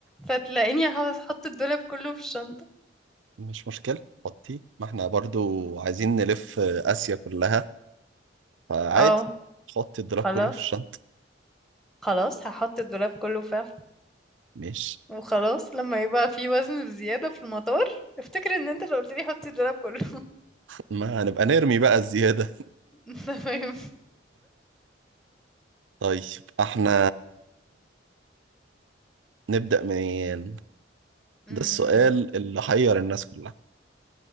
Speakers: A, in the centre; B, on the right.
A: فتلاقيني هخ- هحط الدولاب كله في الشنطه
B: مش مشكله خطي ما احنا برضو عايزين نلف اسيا كلها فعادي
A: اه
B: خط الدراب
A: خلاص
B: كله في الشنطه
A: خلاص هحط الدولاب كله فعلا
B: مش
A: وخلاص لما يبقى في وزن بزياده في المطار افتكر ان انت اللي قلت لي حطي الدولاب كله
B: ما هنبقى نرمي بقى الزياده
A: <laughs> تمام
B: طيب احنا نبدا منين
A: أمم،
B: ده السؤال اللي حير الناس كلها